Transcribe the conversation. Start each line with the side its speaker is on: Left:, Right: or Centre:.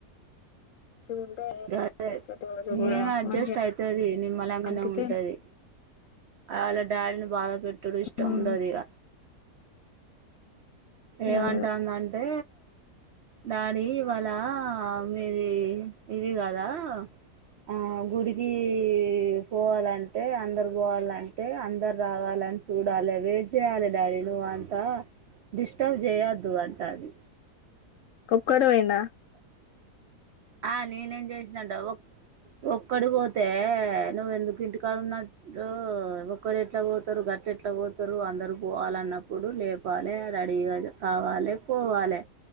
Right: <unintelligible>
Left: మంచిగుంటే సెట్ కావచ్చు ఒకవేళ
Right: అడ్జస్ట్
Left: మంచిగా
Right: అయితది నిమ్మలంగానే
Left: అనిపితే
Right: ఉంటది అలా డాడీని బాధ పెట్ టుడు ఇష్టం
Left: ఉమ్
Right: ఉండదిగ ఏమంటాందంటే
Left: అదే అదే
Right: డాడీ ఇవాళ మీది ఇది కదా ఆ గుడికి పోవాలంటే అందరు పోవాలంటే అందరు రావాలని చూడాలి వెయిట్ చేయాలి డాడీ నువ్ అంతా డిస్టర్బ్ చేయొద్దు అంటాంది
Left: కోక్కడు పోయిండా
Right: ఆ నేనేం చేసినంట ఒ ఒక్కడు పోతే నువ్వెందుకు ఇంటికాడ ఉన్నట్టు ఒక్కడు ఎట్లా పోతారు గట్ల ఎట్లా పోతారు అందరు పోవాలన్నప్పుడు లేపాలి రెడీగా కావాలే పోవాలే